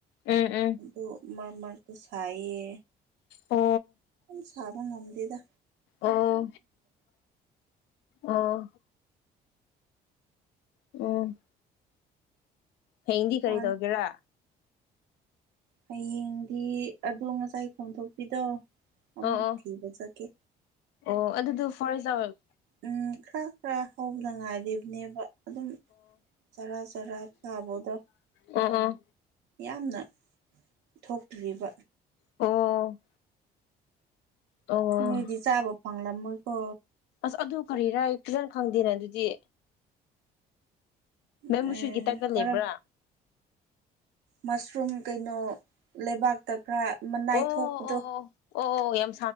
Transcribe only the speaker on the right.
ꯑꯗꯨ ꯃꯔꯛ ꯃꯔꯛꯇꯣ ꯁꯥꯏꯌꯦ
ꯁꯥꯕꯅ ꯉꯂꯤꯗ
ꯍꯥꯟ
ꯍꯥꯌꯦꯡꯗꯤ ꯑꯗꯣ ꯉꯁꯥꯏ ꯈꯣꯝꯗꯣꯛꯄꯤꯗꯣ ꯑꯃꯨꯛ
ꯊꯤꯕ ꯆꯠꯒꯀꯦ
ꯎꯝ ꯈꯔ ꯈꯔ ꯍꯧꯕꯗ ꯉꯥꯏꯔꯤꯕꯅꯦꯕ ꯑꯗꯨꯝ ꯆꯔꯥ ꯆꯔꯥ ꯊꯥꯕꯗꯣ
ꯌꯥꯝꯅ ꯊꯣꯛꯇ꯭ꯔꯤꯕ
ꯅꯣꯏꯗꯤ ꯆꯥꯕ ꯐꯪꯂꯝꯃꯣꯏꯀꯣ
ꯑꯦ
ꯀꯔꯝ
ꯃꯁꯔꯨꯝ ꯀꯩꯅꯣ ꯂꯩꯕꯥꯛꯇ ꯈꯔ ꯃꯅꯥꯏ
ꯊꯣꯛꯄꯗꯣ